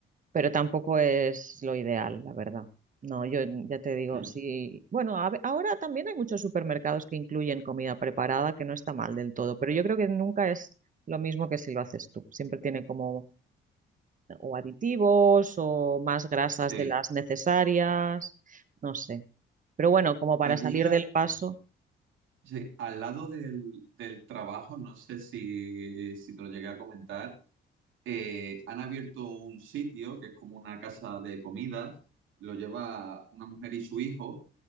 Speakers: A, on the right; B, on the right.
A: pero tampoco es lo ideal, la verdad. No, yo ya te digo,
B: Mm.
A: sí. Bueno, a ve- ahora también hay muchos supermercados que incluyen comida preparada, que no está mal del todo, pero yo creo que nunca es lo mismo que si lo haces tú. Siempre tiene como o aditivos o más grasas
B: Sí,
A: de las necesarias, no sé. Pero bueno, como para
B: allí
A: salir
B: a-
A: del paso,
B: sí, al lado del, del trabajo, no sé si, si te lo llegué a comentar, eh, han abierto un sitio que es como una casa de comidas, lo lleva una mujer y su hijo,